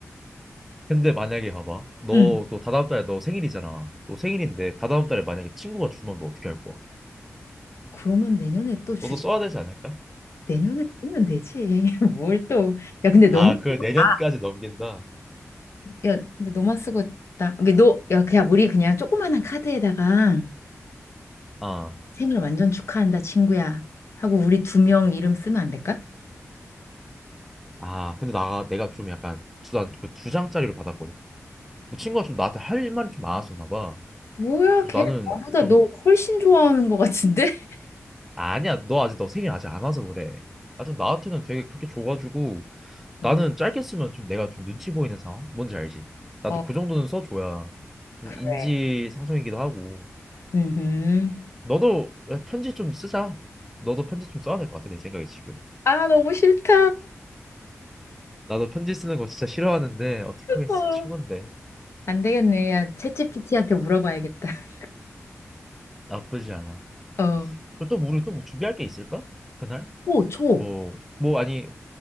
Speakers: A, in the centre; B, on the left (about 55°).
A: 근데 만약에 봐봐 너
B: 응.
A: 또 다다음 달에 너 생일이잖아 너 생일인데 다다음 달에 만약에 친구가 주면 너 어떻게 할 거야?
B: 그러면 내년에 또 주제,
A: 너도 써야 되지 않을까?
B: 내년에 쓰면 되지. <laughs> 뭘 또. 야, 근데
A: 아
B: 너무
A: 그걸
B: 쓰고
A: 내년까지
B: 나
A: 넘긴다
B: 야, 근데 너만 쓰고 나, 이게 너, 야, 그냥 우리 그냥 조그만한 카드에다가
A: 아,
B: 생일 완전 축하한다, 친구야. 하고 우리 두 명 이름 쓰면 안 될까?
A: 아 근데 나 내가 좀 약간 난그두 장짜리를 받았거든 그 친구가 좀 나한테 할 말이 좀 많았었나 봐
B: 뭐야,
A: 그래서
B: 걔
A: 나는
B: 나보다
A: 좀
B: 너 훨씬 좋아하는 것 같은데? <laughs>
A: 아, 아니야 너 아직 너 생일 아직 안 와서 그래 하여튼 나한테는 되게 그렇게 줘가지고 나는
B: 음.
A: 짧게 쓰면 좀 내가 좀 눈치 보이는 상황? 뭔지 알지? 나도
B: 어,
A: 그 정도는 써줘야 좀
B: 그래.
A: 인지상정이기도 하고.
B: 음.
A: 너도 편지 좀 쓰자. 너도 편지 좀 써야 될 것 같아, 내 생각에 지금.
B: 아, 너무 싫다.
A: 나도 편지 쓰는 거 진짜 싫어하는데 어떡하겠어,
B: <laughs> 어.
A: 친건데.
B: 안 되겠네. 야, 챗피티한테 물어봐야겠다. <laughs>
A: 나쁘지 않아.
B: 어.
A: 그리고 또 우리 또뭐 준비할 게 있을까? 그날?
B: 초, 초.
A: 뭐, 뭐 아니,